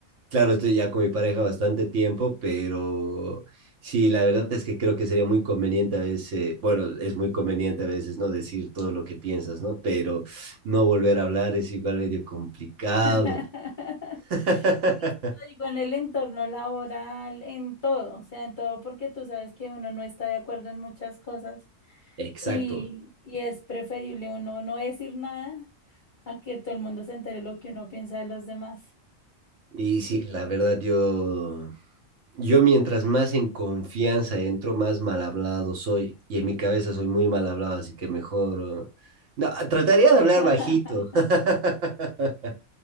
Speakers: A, on the right (about 70°); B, on the left (about 45°).
A: claro, estoy ya con mi pareja bastante tiempo, pero sí, la verdad es que creo que sería muy conveniente a veces, bueno, es muy conveniente a veces no decir todo lo que piensas, ¿no? Pero no volver a hablar es igual medio complicado.
B: <laughs>
A: <laughs>
B: Pues lo digo en el entorno laboral, en todo, o sea, en todo, porque tú sabes que uno no está de acuerdo en muchas cosas
A: Exacto.
B: y, y es preferible uno no decir nada a que todo el mundo se entere lo que uno piensa de los demás.
A: Y sí, la verdad, yo, yo mientras más en confianza entro, más mal hablado soy. Y en mi cabeza soy muy mal hablado, así que mejor... oh, No, trataría
B: <laughs>
A: de hablar bajito. <laughs>